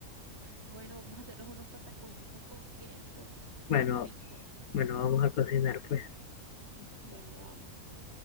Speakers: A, on the right; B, on the left.
A: Bueno, vamos a hacernos unos pataconcitos con queso, bien
B: Bueno,
A: ricos.
B: bueno, vamos a cocinar pues.
A: Bueno, vamos.